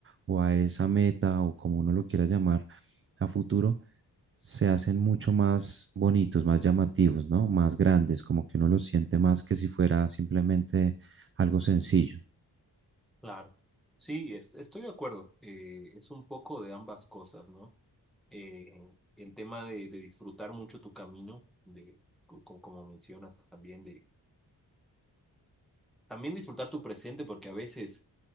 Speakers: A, on the right; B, in the centre.
A: o a esa meta o como uno lo quiera llamar a futuro, se hacen mucho más bonitos, más llamativos, ¿no? Más grandes, como que uno los siente más que si fuera simplemente algo sencillo.
B: claro. Sí, es- estoy de acuerdo. Eh, es un poco de ambas cosas, ¿no? Eh, el tema de, de disfrutar mucho tu camino, de, co- co- como mencionas también, de También disfrutar tu presente porque a veces